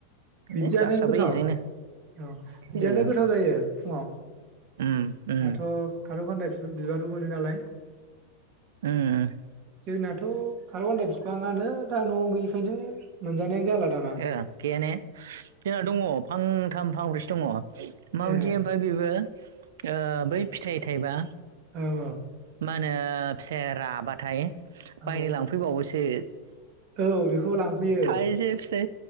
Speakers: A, on the right; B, on the right.
A: बिदियानो
B: ए जासाबाय
A: गोथाव
B: बेजोंनो
A: औ बिदियानो
B: ए
A: गोथाव जायो फुङाव
B: उम उम
A: दाथ' खारौ खान्दाय बिबारबो मोनो नालाय
B: उम
A: जोंनाथ' खारखान्दाय बिफाङानो दा न'आव गैयिखायनो मोनजानायानो जाला दाना
B: ए गैया ने जोंना दङ फांथाम फांब्रैसो दङ'। माबायदि
A: ए
B: ओमफ्राय बेबो ओ बै फिथाइ थाइबा
A: ओ
B: मा होनो फिथाया राबाथाय
A: औ
B: बायनो लांफैबावोसो
A: औ औ बेखौ लांफैयो
B: थायजो बे